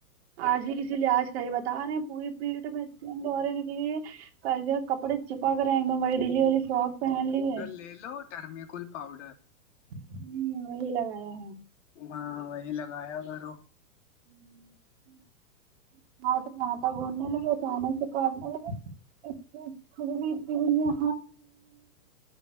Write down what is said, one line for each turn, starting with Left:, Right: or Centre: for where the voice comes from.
Right: آج ہی اسی لیے آج کا یہ بتا رہے ہیں پوری پیٹ میں تین دورے نکلی ہے ک کپڑے چیپک رہے ہیں میں وہی ڈلی والی شارٹ پہن لی ہے
Left: ٹیلو ڈرمیکول پاؤڈر
Right: ہوں وہی لگایا ہے
Left: ہاں وہی لگایا کرو
Right: <unintelligible> ہاں تم وہاں گھومنے لگے اچانک سے کرنے لگے <unintelligible>